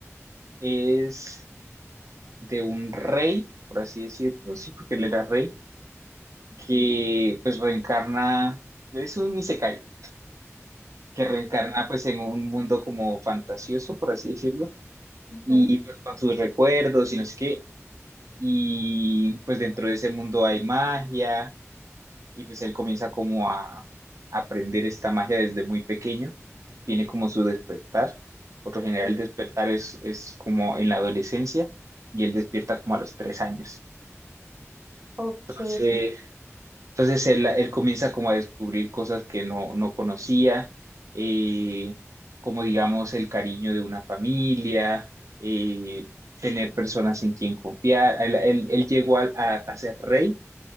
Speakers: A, on the right; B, on the right.
A: Es de un rey, por así decirlo, sí, porque él era rey, que
B: ¿Mm?
A: pues reencarna, es un isekai que reencarna
B: Sí, sí.
A: pues en un mundo como fantasioso, por así decirlo,
B: Ujú,
A: y pues con sus recuerdos y no sé qué, y pues dentro de ese mundo hay magia, y pues él comienza como a aprender esta magia desde muy pequeño, tiene como su despertar, por lo general
B: sí.
A: el despertar es, es como en la adolescencia, y él despierta como a los tres años.
B: Ok.
A: Entonces, Entonces él, él comienza como a descubrir cosas que no, no conocía, eh, como digamos el cariño de una familia, eh, tener personas en quien confiar. Él, él- él llegó al- a, a ser rey